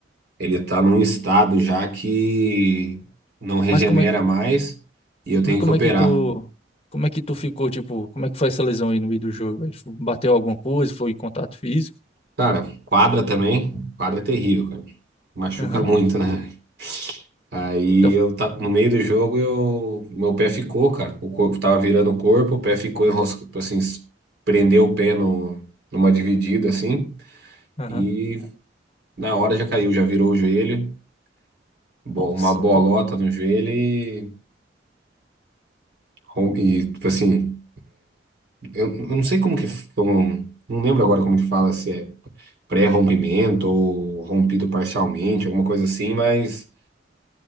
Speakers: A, on the right; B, on the left.
A: Ele está num estado já que não regenera
B: Mas como é que,
A: mais e eu tenho
B: mas como
A: que operar.
B: é que tu, como é que tu ficou, tipo, como é que foi essa lesão aí no meio do jogo? Ele bateu alguma coisa, foi contato físico?
A: Cara, quadra também, quadra é terrível, cara. Machuca
B: Aham.
A: muito, né? Aí
B: Então,
A: eu tá, no meio do jogo eu meu pé ficou, cara. O corpo tava virando o corpo, o pé ficou enroscado, assim, s- prendeu o pé no, numa dividida assim.
B: Aham.
A: E na hora já caiu, já virou o joelho, bo-
B: Nossa,
A: uma bolota
B: velho.
A: no joelho e, rom- e tipo assim, eu, eu não sei como que, f- como, não lembro agora como que fala, se é pré-rompimento ou rompido parcialmente, alguma coisa assim, mas